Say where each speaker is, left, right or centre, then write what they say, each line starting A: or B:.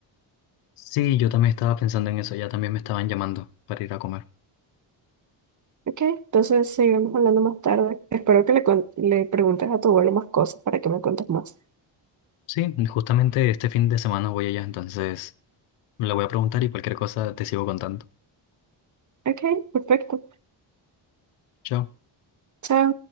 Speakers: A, on the left; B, on the right.
A: Sí, yo también estaba pensando en eso, ya también me estaban llamando para ir a comer.
B: Ok, entonces seguimos hablando más tarde. Espero que le, con- le preguntes a tu abuelo más cosas para que me cuentes más.
A: Sí, justamente este fin de semana voy allá, entonces le voy a preguntar y cualquier cosa te sigo contando.
B: Ok, perfecto.
A: Chao.
B: Chao.